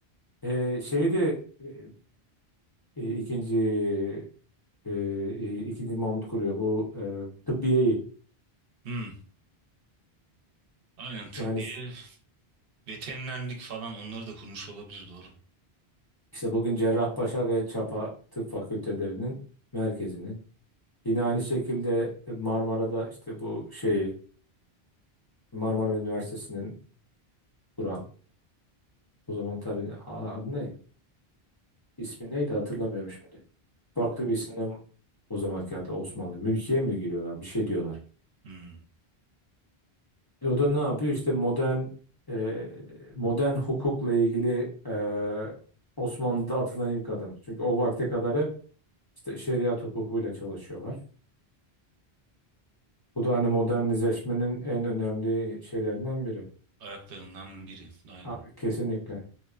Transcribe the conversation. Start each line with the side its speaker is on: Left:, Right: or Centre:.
Left: e, şey de e, e, ikinci e, e, ikinci Mahmut kuruyor bu e, tıbbiyeyi
Right: Hmm. Aynen tıbbiye
Left: yani s-
Right: veterinerlik falan onları da kurmuş olabilir doğru.
Left: işte bugün Cerrahpaşa ve Çapa Tıp Fakültelerinin merkezini yine aynı şekilde Marmara'da işte bu şeyi Marmara Üniversitesi'nin Kur'an. O zaman tabii a- adı ne? İsmi neydi hatırlamıyorum şimdi. Farklı bir isimden o zamanki halde Osmanlı. Mülkiye mi giriyorlar? Bir şey diyorlar.
Right: Hmm.
Left: E, o da ne yapıyor? İşte modern e, modern hukukla ilgili e, Osmanlı'da atılan ilk adım. Çünkü o vakte kadar hep işte şeriat hukukuyla çalışıyorlar. Bu da hani modernizeşmenin en önemli şeylerinden biri.
Right: Ayaklarından biri aynen.
Left: A- kesinlikle.